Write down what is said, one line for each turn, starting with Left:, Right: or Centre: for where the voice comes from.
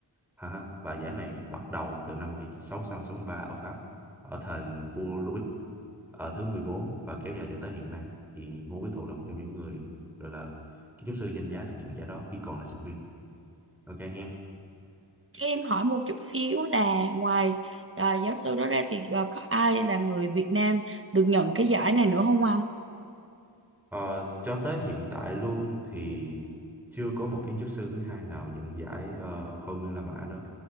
Centre: ha ha. và giải này bắt đầu từ năm 1663 ở Pháp ở thời vua Louis ở thứ 14 và kéo dài cho tới hiện nay thì Ngô Viết Thụ là một trong những người gọi là kiến trúc sư danh giá được nhận giải đó khi còn là sinh viên ok ha
Right: Cho em hỏi một chút xíu là ngoài ờ, giáo sư đó ra thì ờ, có ai là người Việt Nam được nhận cái giải này nữa không anh?
Centre: Ờ, cho tới hiện tại luôn thì chưa có một kiến trúc sư thứ hai nào nhận giải ờ, Khôi Nguyên La Mã đó